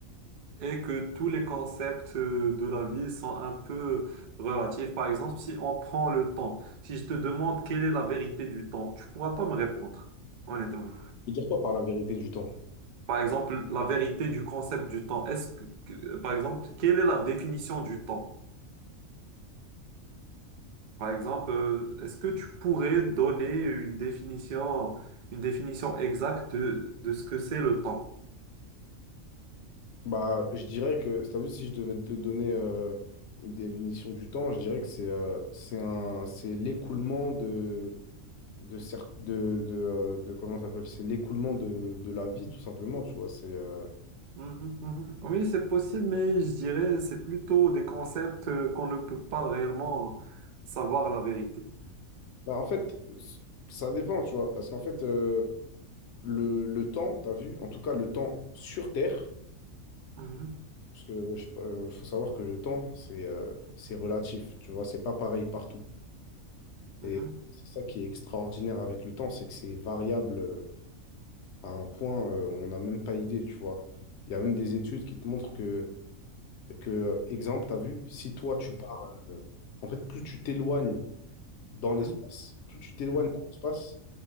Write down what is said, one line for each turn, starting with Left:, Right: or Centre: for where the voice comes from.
Right: et que tous les concepts euh, de la vie sont un peu relatifs. Par exemple, si on prend le temps, si je te demande quelle est la vérité du temps, tu pourras pas me répondre, honnêtement.
Left: Je veux dire quoi par la vérité du temps?
Right: Par exemple, la vérité du concept du temps, est-ce que, que- par exemple, quelle est la définition du temps? Par exemple, euh, est-ce que tu pourrais donner une définition, une définition exacte de, de ce que c'est le temps?
Left: Bah, je dirais que, t'as vu, si je devais te donner euh, une définition du temps, je dirais que c'est euh, c'est un, c'est l'écoulement de de, cer- de, de, euh, de- comment ça s'appelle? C'est l'écoulement de, de la vie, tout simplement, tu vois. C'est, euh,
Right: Mhm, mhm. Oui, c'est possible, mais je dirais c'est plutôt des concepts euh, qu'on ne peut pas réellement savoir la vérité.
Left: bah, en fait, c- ça dépend, tu vois. Parce qu'en fait, euh, le, le temps, tu as vu, en tout cas, le temps sur Terre,
Right: Mhm,
Left: parce que je- euh, faut savoir que le temps, c'est euh, c'est relatif, tu vois. C'est pas pareil partout.
Right: mhm,
Left: Et c'est ça qui est extraordinaire avec le temps, c'est que c'est variable euh, à un point, euh, on n'a même pas idée, tu vois. Il y a même des études qui te montrent que Que, euh, exemple, tu as vu, si toi tu
Right: mhm,
Left: pars, euh, en fait, plus tu t'éloignes dans
Right: mhm,
Left: l'espace, plus tu t'éloignes
Right: mhm,
Left: dans l'espace,